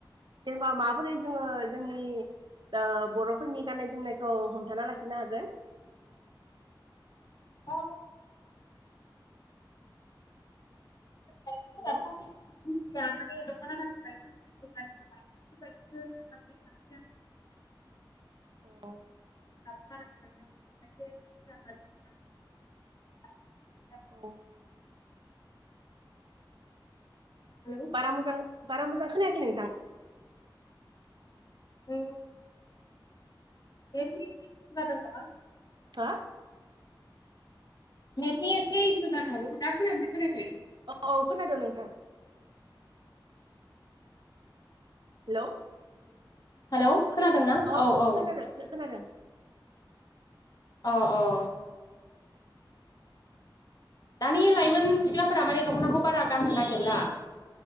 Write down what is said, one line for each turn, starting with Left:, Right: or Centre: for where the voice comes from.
Right: जेनेबा माबोरै जोङो जोंनि ओ बर'फोरनि गाननाय जोमनायखौ हमथाना लाखिनो हागोन?
Left: औ <unintelligible>
Right: हेलौ
Left: <inaudible>
Right: अह
Left: <inaudible>
Right: औ
Left: हेलौ
Right: बारा मोजां बारा मोजां खोनायाखै नोंथां।
Left: <unintelligible> नेटनियावसो इसु जादों नामा?
Right: हा
Left: नेटनि एसे इसु जानो हागौ दा खोनादोंना खोनायाखै?
Right: औ औ खोनादों नोंथां। हेलौ
Left: हेलौ खोनादोंना
Right: अ
Left: औ
Right: अ
Left: औ।
Right: खोनादों खोनादों
Left: अह अह। दानि लाइमोन सिख्लाफोरा माने दख'नाखौ बारा गाननो नागिरला।